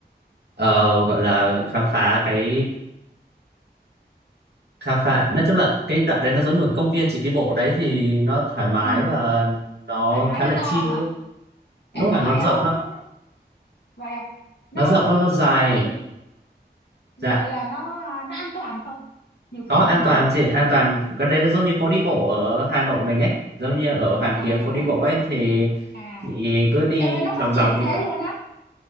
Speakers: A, on the right (about 70°); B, on the left (about 70°).
A: ờ, gọi là khám phá cái khám phá nói chung là cái đoạn đấy nó giống như một công viên chị đi bộ ở đấy thì nó thoải mái
B: Ừ.
A: và nó
B: thoải mái
A: khá
B: nó
A: là
B: to
A: chill
B: hả
A: ấy.
B: em
A: lúc
B: nói
A: mà nó
B: ấy
A: rộng
B: không
A: lắm
B: nó vậy à nó
A: nó rộng
B: nó
A: lắm nó dài
B: nó cái gì gọi
A: dạ
B: là nó à, nó an toàn không nhiều khi
A: có an
B: đi mình
A: toàn chị
B: ấy
A: an toàn cái đấy nó giống như phố đi bộ ở Hà Nội mình ấy giống như ở Hoàn
B: à
A: Kiếm phố
B: à
A: đi bộ ấy
B: à
A: thì
B: à
A: chị cứ đi
B: em ơi nó phát
A: vòng vòng
B: triển
A: như
B: thế
A: vậy
B: luôn á